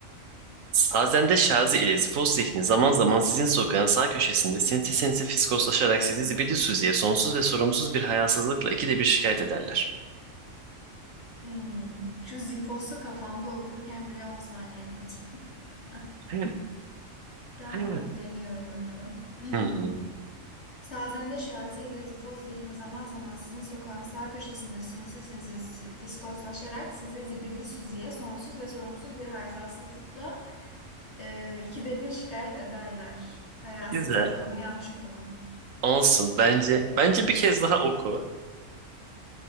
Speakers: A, on the right; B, on the left.
A: Sazende Şazi ile Zifos Zihni zaman zaman sizin sokağın sağ köşesinde sinsi sinsi fiskoslaşarak sizi zibidi süzüye sonsuz ve sorumsuz bir hayasızlıkla ikide bir şikayet ederler.
B: Hmm. Şu Zifos'u kafamda okurken bile 10 saniye durdum. <laughs>
A: <laughs>
B: Tamam,
A: Hı
B: deniyoruz bakalım. <clears throat>
A: hı.
B: Sazende Şazi ile Zifoz zihni zaman zaman sizin sokağın sağ köşesinde sinsi sinsi si- fiskoslaşarak sizi zibidi suziye sonsuz ve sorumsuz bir hayasızlıkla e, ikide bir şikayet ederler. Hayasızlıkla,
A: Güzel.
B: onu yanlış okudum.
A: Olsun. Bence bence bir kez daha oku.